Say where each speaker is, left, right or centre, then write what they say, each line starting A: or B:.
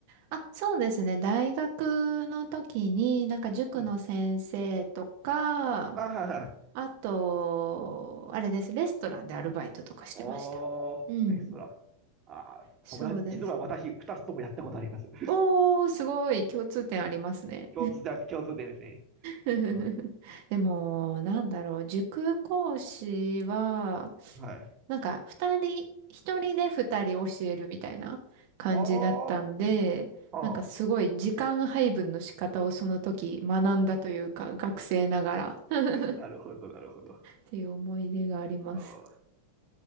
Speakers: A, on the right (about 45°); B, on the right (about 30°).
A: あ、そうですね。大学の時に、なんか塾の先生とか、
B: うん。はいはいはい。
A: あと、あれです。レストランでアルバイトとかしてました。
B: おー、
A: うん。
B: レストラン。あー、
A: そうです。
B: 僕だ実は私、二つともやったことあります。
A: おー、すごい共通点ありますね。
B: 共通で、共通点ですね。
A: <laughs>
B: うん、
A: でも、なんだろう、塾講師は、
B: はい。
A: なんか、二人、一人で二人教えるみたいな感じだったんで、
B: ああ、はあ。
A: なんかすごい時間配分の仕方をその時学んだというか、学生ながら <laughs> っ
B: なるほど、なるほど。
A: ていう思い出があります。
B: あー